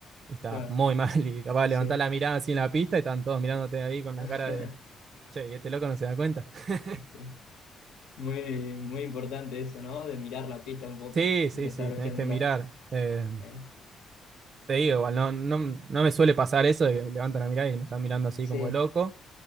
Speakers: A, on the right; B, on the left.
A: Y estás
B: claro,
A: muy <laughs> mal, y capaz
B: sí.
A: levantás la mirada así en la pista y están todos mirándote ahí con la
B: <laughs>
A: cara de, che, ¿y este loco no se da cuenta? <laughs>
B: Sí. Muy, muy importante eso, ¿no? De mirar la pista un poco,
A: Sí, sí,
B: de estar
A: sí,
B: hojeándola
A: tenés que mirar. Eh,
B: ¿eh?
A: te digo, igual, no, no, no me suele pasar eso de que levantan la mirada y me están mirando así
B: Sí,
A: como de loco.